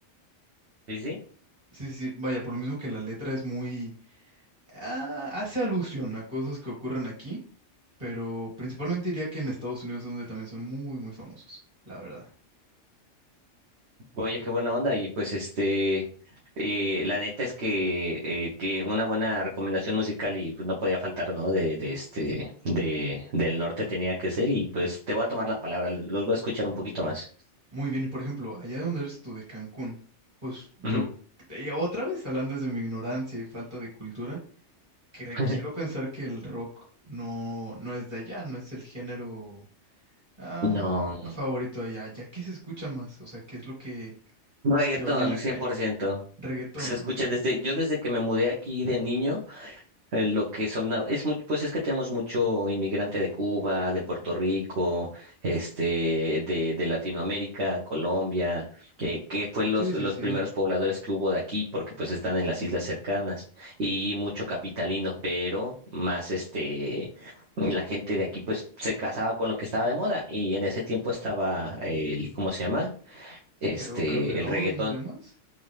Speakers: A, on the right (about 65°); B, on the right (about 35°).
A: Sí, sí.
B: Sí, sí, sí, vaya, por lo mismo que la letra es muy... ah, hace alusión a cosas que ocurren aquí, pero principalmente diría que en Estados Unidos es donde también son muy, muy famosos, la verdad.
A: Oye, qué buena onda. Y pues este, eh, la neta es que eh, tiene una buena recomendación musical y pues, no podía faltar, ¿no? De, de este, de, del norte tenía que ser y pues te voy a tomar la palabra, los voy a escuchar un poquito más.
B: Muy bien, y por ejemplo, allá donde eres tú, de Cancún, pues yo,
A: Ujú.
B: y otra vez hablando desde mi ignorancia y falta de cultura, cre-
A: <laughs>
B: quiero pensar que el rock no, no es de allá, no es el género am,
A: No,
B: favorito allá. ¿Ya qué se escucha más? O sea, ¿qué es lo que
A: reggaetón,
B: se oye en la
A: cien
B: calle?
A: por ciento
B: Reggaetón.
A: Se escucha
B: mm, mm,
A: desde,
B: mm.
A: yo desde que me mudé aquí de niño. eh, lo que son, na- es mucho, pues es que tenemos mucho inmigrante de Cuba, de Puerto Rico, este, de, de Latinoamérica, Colombia, eh, que fue los,
B: Sí,
A: los
B: sí, sí.
A: primeros pobladores que hubo de aquí, porque pues están en las islas cercanas, y mucho capitalino, pero más este, la gente de aquí pues se casaba con lo que estaba de moda, y en ese tiempo estaba el, ¿cómo se llama? Este,
B: Tego Calderón
A: el reggaetón.
B: y demás.